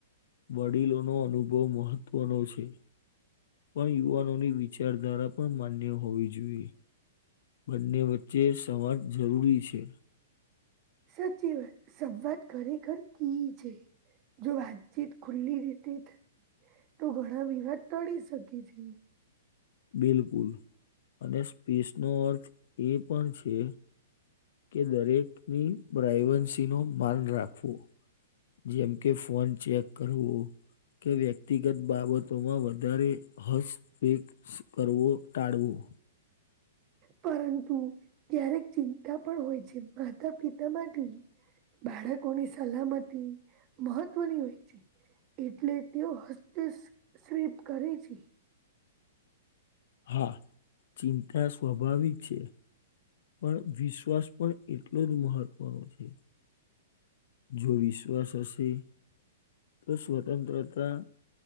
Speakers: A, on the left; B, on the right.
A: વડીલોનો અનુભવ મહત્વનો છે પણ યુવાનોની વિચારધારા પણ માન્ય હોવી જોઈએ બંને વચ્ચે સમાજ જરૂરી છે
B: સાચી વાત સંવાત ઘરે ઘર કી છે જો વાતચીત ખુલ્લી રીતે થાય તો ઘણા વિવાદ ટળી શકે છે
A: બિલકુલ અને સ્પેસ નો અર્થ એ પણ છે કે દરેકની પ્રાઈવસીનું માન રાખવું. જેમ કે ફોન ચેક કરવું કે વ્યક્તિગત બાબતોમાં વધારે હસ્તપેક કરવું ટાળવું.
B: પરંતુ ક્યારેક ચિંતા પણ હોય છે માતા પિતા માટે બાળકોની સલામતી મહત્વની હોય છે. એટલે તેઓ હસ્તશેપ કરે છે.
A: હા ચિંતા સ્વાભાવિક છે પણ વિશ્વાસ પણ એટલો જ મહત્વનો છે જો વિશ્વાસ હશે તો સ્વતંત્રતા